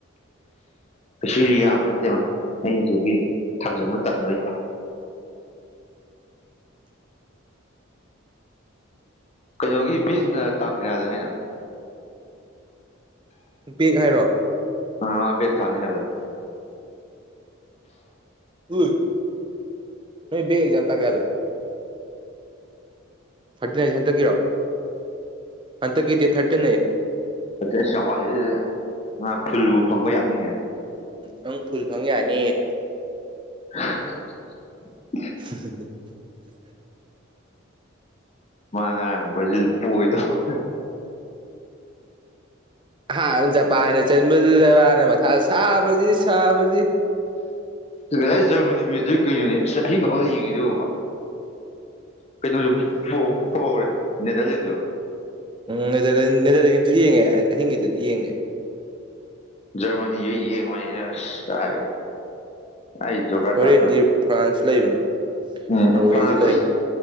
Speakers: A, on the left; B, on the right.
A: ꯁꯤꯔꯤꯌꯥ ꯃꯦ ꯃꯥ <unintelligible> ꯑꯩ ꯑꯗꯨꯒꯤ ꯊꯥꯡꯖꯟꯕ ꯇꯟꯗꯣꯏ ꯀꯩꯅꯣꯒꯤ ꯕꯦꯡꯅ ꯇꯥꯡ ꯀꯌꯥꯗꯅꯦ ꯍꯥꯏꯅꯣ
B: ꯕꯦꯛ ꯍꯥꯏꯔꯣ
A: ꯑꯕꯦꯒ ꯊꯥꯅꯤ ꯍꯥꯏꯕꯗ <unintelligible>
B: ꯎ ꯅꯣꯏ ꯕꯥꯛ ꯑꯦꯖꯝ ꯗꯇꯦ ꯀꯌꯗꯅꯣ ꯊꯥꯔꯇꯤꯟ ꯍꯥꯏꯁꯦ ꯍꯟꯗꯛꯀꯤꯔꯣ ꯍꯟꯗꯛꯀꯤ ꯗꯦꯠ ꯊꯥꯔꯇꯤꯟ ꯅꯌꯦ
A: ꯐ ꯑꯁ ꯌꯥꯝ ꯋꯥꯠꯂꯤꯗꯦ ꯃꯥ ꯐꯨꯜꯕꯨ ꯐꯪꯕ ꯌꯥꯅꯤꯅꯦ <unintelligible>
B: ꯅꯪ ꯐꯨꯜ ꯐꯪ ꯌꯥꯅꯤꯌꯦ
A: <inaudible> <inaudible>
B: ꯎꯝꯝ ꯎꯝ <unintelligible>
A: ꯃꯥ ꯉꯔꯥꯡꯕ꯭ꯔꯖꯤꯁꯨ ꯄꯒꯣꯏꯗꯧ
B: ꯍꯥ ꯖꯄꯥꯟꯅ ꯆꯟꯕꯗꯨꯗ ꯃꯥꯅ ꯃꯊꯥ ꯁꯥꯕꯁꯤ ꯁꯥꯕꯁꯤ
A: ꯉꯥꯗꯥꯏ ꯖꯔꯃꯅꯤ ꯃꯥꯠꯆ ꯀꯩꯅꯣꯅꯦ ꯑꯁ ꯆꯍꯤ ꯃꯈꯥꯎ ꯌꯦꯡꯉꯤꯗꯨ ꯀꯩꯅꯣꯁꯨ ꯐꯍꯧꯔꯦ ꯅꯦꯗꯔꯂꯦꯟꯁꯨ
B: ꯎꯝ ꯅꯦꯥꯗꯦꯔꯂꯥꯟꯗ ꯑꯗꯨꯗꯤ ꯌꯦꯡꯉꯦ ꯑꯍꯤꯡꯒꯤꯗꯨꯗꯤ ꯌꯦꯡꯗꯦ
A: ꯖꯔꯃꯅꯤ ꯑꯩ ꯌꯦꯂꯣꯏ ꯀꯥꯏꯗꯩꯩ ꯑꯩꯖꯒꯔ
B: ꯍꯣꯔꯦꯟꯗꯤ
A: ꯇꯥꯔꯒꯥ ꯇꯣꯛꯑꯥ
B: ꯐ꯭ꯔꯥꯟꯁ ꯂꯩꯕꯅꯦ ꯅꯣꯔꯋꯦꯁꯨ
A: ꯎꯝ ꯐ꯭ꯔꯥꯟꯁ
B: ꯂꯩꯕꯅꯦ
A: ꯑꯩ